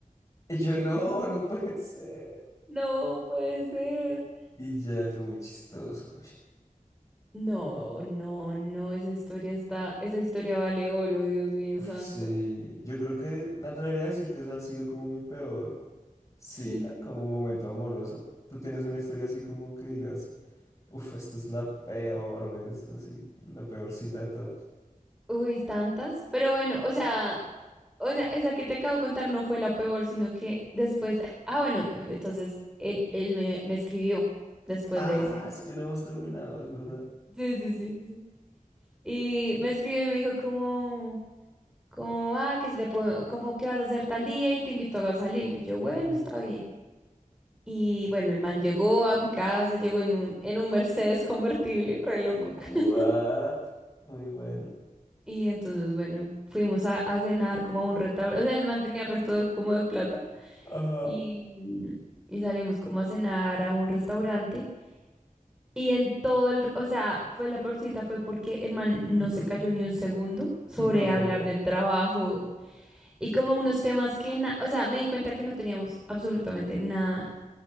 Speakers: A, on the left; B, in the centre.
A: Y yo no, no puede ser.
B: No puede ser.
A: Y ya fue muy chistoso. uy.
B: No, no, no. Esa historia está. Esa historia vale oro, Dios mío
A: Uf,
B: santo.
A: sí, yo creo que me atrevería a decir que esa ha sido como mi peor cita,
B: Sí.
A: como momento amoroso. Tú tienes una historia así como que digas, uff, esta es la peor vez, así, la peor cita de todas.
B: Uy, tantas. Pero bueno, o sea. O sea, esa que te acabo de contar no fue la peor, sino que después de- Ah, bueno, entonces él, él me, me escribió después
A: Ah,
B: de ese día.
A: es que no hemos terminado, es verdad.
B: Sí, sí, sí, sí. Y me escribió y me dijo como, como, ah, que si te puedo, como que vas a hacer tal día y te invito a salir. Y yo, bueno,
A: Ujú.
B: está bien. Y bueno, el man llegó a mi casa, llegó en un, en un Mercedes convertible, re loco.
A: What?
B: <laughs>
A: Muy bueno.
B: Y entonces, bueno, fuimos a, a cenar como a un restaurante. O sea, el man tenía resto como de plata.
A: Ajá.
B: y, y salimos como a cenar a un restaurante. Y en todo el, o sea, fue la peor cita, fue porque el man no
A: <laughs>
B: se cayó ni un segundo sobre
A: No.
B: hablar de trabajo y como unos temas que, na- o sea, me di cuenta que no teníamos absolutamente nada